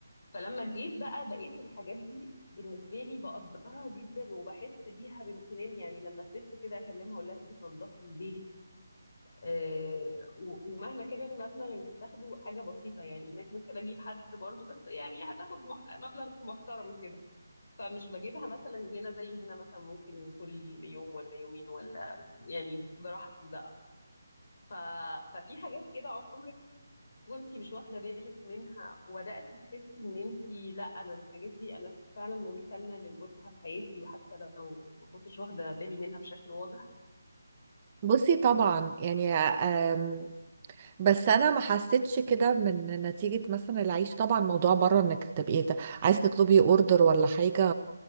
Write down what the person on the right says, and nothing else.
بصي طبعا يعني أم، بس انا ما حسيتش كده من نتيجة مثلا العيش طبعا موضوع بره انك تبقي عايز تطلبي اوردر ولا حاجة